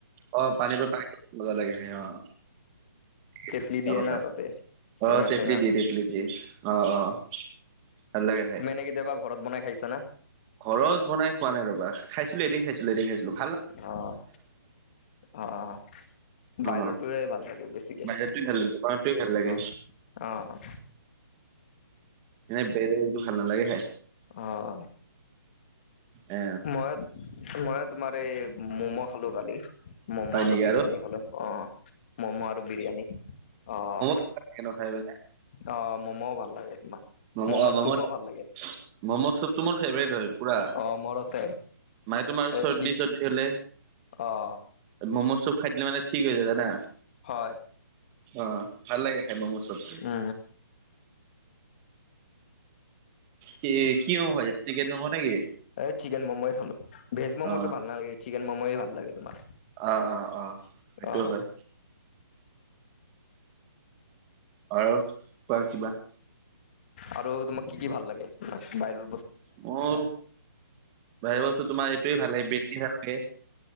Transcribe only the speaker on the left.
তেতলি দিয়ে
না তাতে
টেঙা
চেঙা
তুমি এনে কেতিয়াবা ঘৰত বনাই খাইছা না?
অ', অ'।
বাহিৰৰতোৰে ভাল লাগে বেছিকে
অ', অ'।
অ',
ময়ো, ময়ো তোমাৰ এই ম'ম' খালোঁ কালি, ম'ম'
আৰু
বিৰিয়ানী খালোঁ অ'। ম'ম' আৰু বিৰিয়ানী অ'।
অ', ম'ম'ও ভাল লাগে তোমাৰ।
ম'মৰ
চুপো ভাল লাগে
অ মোৰ আছে
এ
চি
অ'।
হয়।
আ।
এ চিকেন ম'ম'ই খালোঁ, ভেজ ম'ম'
টো ভাল নালগে। চিকেন ম'ময়ে ভাল লাগে তোমাৰ।
অ
আৰু তোমাক কি কি ভাল লাগে? বাহিৰত